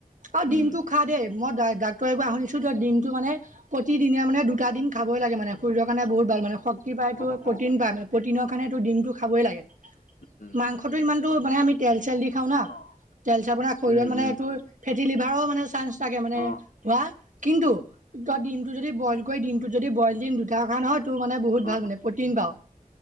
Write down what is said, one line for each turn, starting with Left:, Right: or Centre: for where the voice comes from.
Right: আৰু
Left: উম।
Right: দিমটো খা দেই মই ডাক্তৰে শুনিছো দিমটো মানে প্ৰতিদিনে মানে দুটা দিম খাবই লাগে মানে শৰীৰৰ কাৰণে বহুত ভাল মানে শক্তি পায়তো
Left: অ', অ',
Right: প্ৰ'টিন পায় মানে প্ৰ'টিনৰ কাৰণেটো ডিমটো খাবই লাগে।
Left: উম,
Right: মাংসটো ইমানতো মানে আমি তেল চেল দি খাওঁ না।
Left: অ',
Right: ছে আপোনাৰ শৰীৰত
Left: উম,
Right: মানে
Left: উম,
Right: এইটো ফেটি লিভাৰও মানে চান্স থাকে মানে
Left: অ',
Right: হোৱা। কিন্তু ত দিমটো যদি বইল কৰি দিনটোত যদি বইল দিম তেওঁ কাৰণে হয় তোৰ মানে বহুত
Left: অ'।
Right: ভাল মানে প্ৰ'টিন পাওঁ